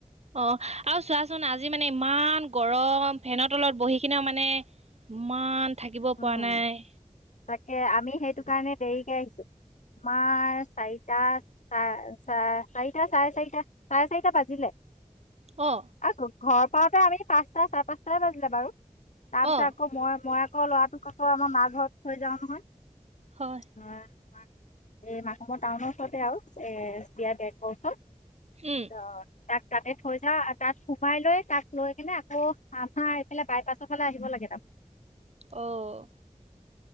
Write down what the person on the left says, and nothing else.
উম
তাকে আমি সেইটো কাৰণে দেৰিকে আহিছো। তোমাৰ চাৰিটা, চাৰিটা চাৰে চাৰিটা, চাৰে চাৰিটা বাজিলে।
আৰু ঘৰ পাওঁতে আমি পাঁচটা চাৰে পাঁচটাই বাজিলে বাৰু তাৰ পিছত
আকৌ মই মই আকৌ ল'ৰাটোক আকৌ আমাৰ মা ঘৰত থৈ যাওঁ নহয়
অ'। মাৰ এই মাকমৰ টাউনৰ ওচৰতে আৰু এ <unintelligible> ওচৰত।
অ'। তাক তাতে থৈ যাওঁ আৰু তাত সোমাই লৈ তাক লৈ কিনে আকৌ আমাৰ এইফালে বাইপাছৰ ফালে আহিব লাগে। <inaudible>